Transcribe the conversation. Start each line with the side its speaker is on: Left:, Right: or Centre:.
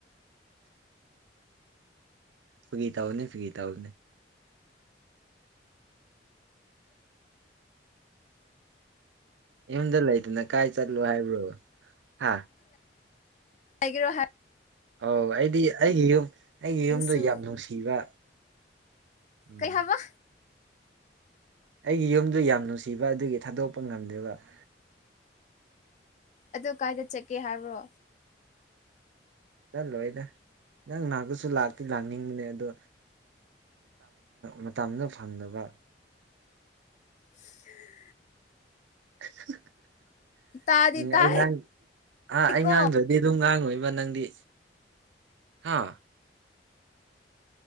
Right: ꯐꯒꯤꯇꯥ ꯑꯣ ꯐꯒꯤꯇꯥ ꯑꯣ ꯌꯨꯝꯗ ꯂꯩꯇꯅ ꯀꯥꯏ ꯆꯠꯂꯣ ꯍꯥꯏꯕ꯭ꯔꯣ ꯍꯥ
Left: ꯍꯥꯏꯒ꯭ꯔꯣ ꯍꯥꯏ
Right: ꯑ ꯑꯩꯗꯤ ꯑꯩꯒꯤ ꯌꯨꯝ ꯑꯩꯒꯤ
Left: ꯍꯌꯦꯡꯁꯨ
Right: ꯌꯨꯝꯗꯣ ꯌꯥꯝ ꯅꯨꯡꯁꯤꯕ ꯎꯝ
Left: ꯀꯩꯍꯕ
Right: ꯑꯩꯒꯤ ꯌꯨꯝꯗ ꯌꯥꯝ ꯅꯨꯡꯁꯤꯕ ꯑꯗꯨꯒꯤ ꯊꯥꯗꯣꯛꯄ ꯉꯝꯗꯕ <inaudible>
Left: ꯑꯗꯨ ꯀꯥꯏꯗ ꯆꯠꯀꯦ ꯍꯥꯏꯕ꯭ꯔꯣ
Right: ꯆꯠꯂꯣꯏꯗ ꯅꯪ ꯅꯅꯥꯒꯁꯨ ꯂꯥꯛꯇꯤ ꯂꯥꯡꯅꯤꯡꯕꯅꯦ ꯑꯗꯣ ꯃꯇꯝꯗ ꯐꯪꯗꯕ
Left: <inaudible>
Right: <inaudible>
Left: ꯇꯥꯗꯤ
Right: ꯎꯝ
Left: ꯇꯥꯏ
Right: ꯑꯩ ꯉꯥꯡ ꯑꯥ ꯑꯩ
Left: ꯀꯣ
Right: ꯉꯥꯡꯗ꯭ꯔꯗꯤ ꯑꯗꯨꯝ ꯉꯥꯡꯉꯣꯏꯕ ꯅꯪꯗꯤ ꯍꯥꯥ